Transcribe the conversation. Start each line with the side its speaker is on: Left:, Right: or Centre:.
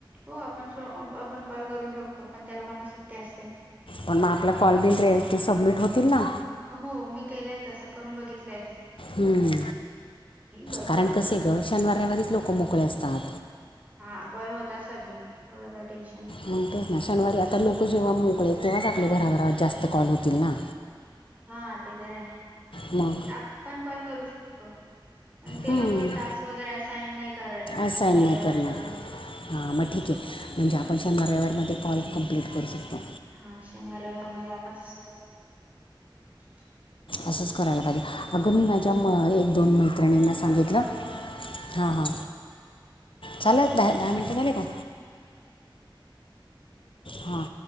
Right: हो आपण श आपण कॉल करू शकतो पण त्या लोकांनां सुट्टी असते.
Left: पण मग आपला कॉल बिल रे ते सबमिट होतील ना.
Right: हो मी केलंय तसं मी करून बघितलंय
Left: हम्म
Right: भरपूर
Left: कारण कसंय ग, शनिवार रविवारीच लोकं मोकळे असतात.
Right: हा कॉल होतात सबमिट एवढं काय टेन्श
Left: मग तेच ना शनिवारी आता लोकं जेंव्हा मोकळे आहेत तेंव्हाच आपले भराभरा जास्तं कॉल होतील ना?
Right: हा ते तर आहे,
Left: मग
Right: ते आपणं कॉल करू शकतो. पण ते
Left: हम्म.
Right: लोकं टास्क वगैरे असाईन नाही करत
Left: असाईन
Right: शनिवार
Left: नाही
Right: रविवार
Left: करणार
Right: मध्यें.
Left: हां मग ठीक आहे, म्हणजे आपण शनिवार रविवार मध्यें कॉल कम्प्लीट करू शकतो.
Right: हा शनिवार रविवार मध्यें आपण कॉल करू
Left: असंच करायला पाहिजे, अगं मी माझ्या म एक दोन मैत्रिणींना
Right: आता तुम्ही मला
Left: सांगितलं,
Right: फोन करा.
Left: हां हां चालेल दहा मिनटे झाले कां?
Right: <unintelligible>
Left: हां